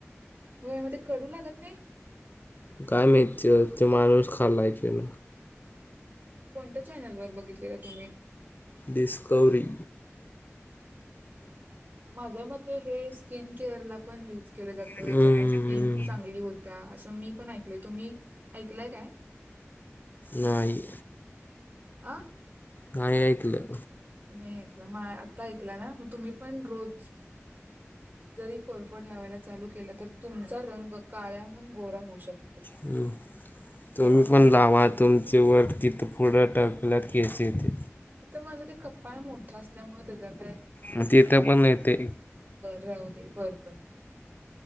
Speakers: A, on the right; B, on the left.
A: होय मग ते कडू लागत नाही?
B: काय माहित? ते माणूस खाल्लाय त्यान
A: कोणत्या चॅनलवर बघितले तुम्ही?
B: डिस्कवरी
A: माझ्या मते हे स्किन केअर ला पण युज केलं जातं
B: हम्म
A: याच्यामुळे स्किन चांगली होतीय. असं मी पण ऐक मी पण ऐकलय तुम्ही ऐकलय काय?
B: नाही.
A: आं
B: नाही ऐकलं.
A: नाही ऐकला मग आता ऐकला ना मग तुम्ही पण रोज जरी कोरफड लावायला चालू केलं. तर तुमचा रंग काळ्याहून गोरा होऊ शकतो.
B: हं तुम्ही
A: हे माझं
B: पण लावा तुमच्या वर तिथं पुढं टाकल्यावर केस ते ते
A: माझा ते कपाळ मोठं असल्यामुळे त्याच
B: म तिथं येते पण नाही ते
A: बरं राहू दे बर बर